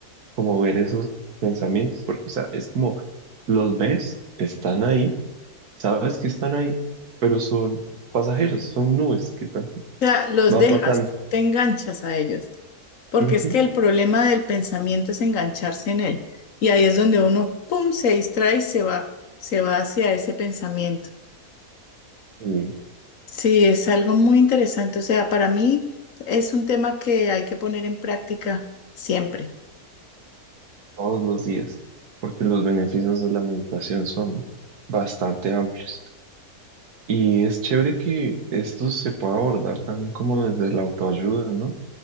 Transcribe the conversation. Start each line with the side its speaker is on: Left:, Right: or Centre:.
Right: como ver esos pensamientos, porque o sea, es como los ves, están ahí, sabes que están ahí, pero son pasajeros, son nubes que están,
Left: O sea, los
Right: van
Left: dejas,
Right: pasando.
Left: te enganchas a ellos, porque
Right: Ujú.
Left: es que el problema del pensamiento es engancharse en él. Y ahí es donde uno, pum, se distrae y se va, se va hacia ese pensamiento.
Right: Sí.
Left: Sí, es algo muy interesante. O sea, para mí es un tema que hay que poner en práctica siempre.
Right: todos los días, porque los beneficios de la meditación son bastante amplios. Y es chévere que esto se pueda abordar también como desde la autoayuda, ¿no?